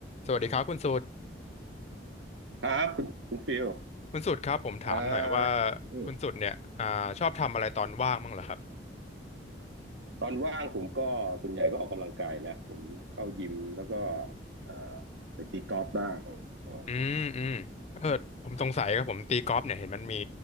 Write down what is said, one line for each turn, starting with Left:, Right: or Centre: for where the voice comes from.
Left: สวัสดีครับคุณสุด
Right: ครับคุณคุณฟิล
Left: คุณสุดครับผมถามหน่อยว่า
Right: อ่าอืม
Left: คุณสุดเนี่ยอ่าชอบทำอะไรตอนว่างบ้างเหรอครับ
Right: ตอนว่างผมก็ส่วนใหญ่ก็ออกกำลังกายนะผมเข้ายิมแล้วก็อ่าไปตีกอล์ฟบ้างออก
Left: อืมอืมเออผมสงสัยครับผมตีกอล์ฟเนี่ยเห็นมันมี